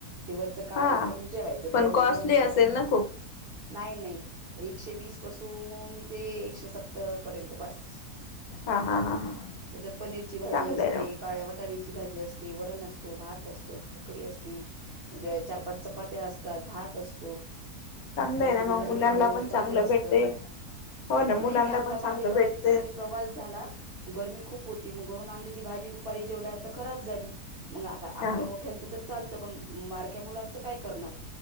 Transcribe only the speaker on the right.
ते वरचं काढायचं
जेवायचं
गरम
गरम जेवणं
नाही नाहीं. एकशे वीस पासून ते एकशे सत्तर पर्यंत बस.
त्याच्यात पनीरची भाजी
असते
काळ्या वाट- बटारीची भाजी असते, वरण असतो भात असतो. कडी असते, चार पाच चपात्या असतात, भात अस,
तर
तुम्ही दही
मागवलं
तर दही
असतं.
नाही
मी आता
मागे
थोड्या
दिवसाखाली प्रवास झाला. गर्मी खूप होती. मग घरून आणलेली भाजी दुपारी जेवल्यानंतर खराब झाली. मग आता-
आपलं मोठ्यांचं तर चालतं पण मारक्या मुलांच काय करणार.